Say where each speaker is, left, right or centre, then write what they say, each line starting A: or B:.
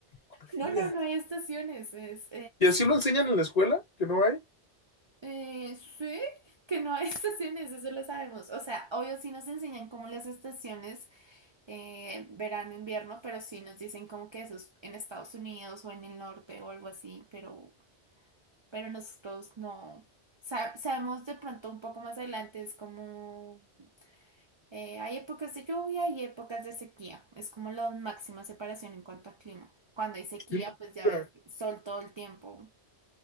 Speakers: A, on the left; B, on the right.
A: Colombia.
B: no, no, no hay estaciones, es,
A: ¿Y así lo enseñan en la escuela? ¿Que no hay?
B: Eh, sí, que no hay <laughs> estaciones, eso lo sabemos. O sea, obvio sí nos enseñan como las estaciones eh, verano, invierno, pero sí nos dicen como que eso es en Estados Unidos o en el norte o algo así, pero, pero nosotros no. Sa- sabemos de pronto un poco más adelante, es como eh, hay épocas de lluvia y épocas de sequía. Es como la máxima separación en cuanto a clima. Cuando hay sequía,
A: ¡Qué locura!
B: pues ya ves, sol todo el tiempo.